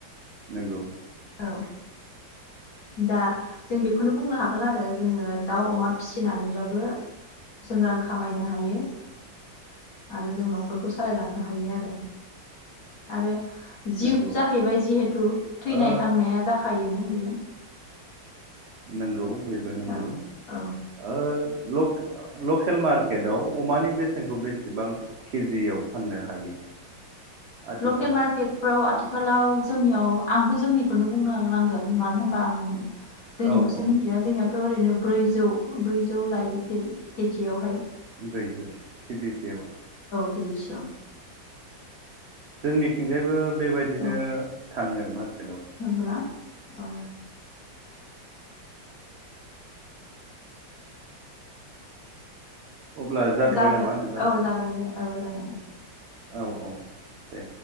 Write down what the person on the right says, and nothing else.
नंगौ
नंगौ
ओ
नंगौ बेबो नंगौ
ओ लकेल मार्केटाव अमानि बेसेनखौ बेसेबां केजियाव फाननो हायो? आथिखालाव
औ औ
ब्रैजौ केजिसेयाव
जोंनिथिंजायबो बेबायदिनो
थाङो मार
अब्ला जाथ'बाय
नामा नोंथां
औ औ दे